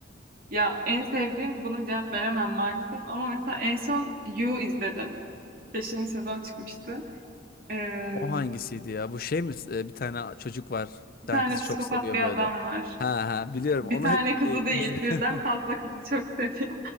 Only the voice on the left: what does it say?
O hangisiydi ya? Bu şey mi? E, bir tane çocuk var.
Bir tane
kızı
çok seviyor
böyle.
Ha ha biliyorum.
Onu
hep
e, iz-
<laughs>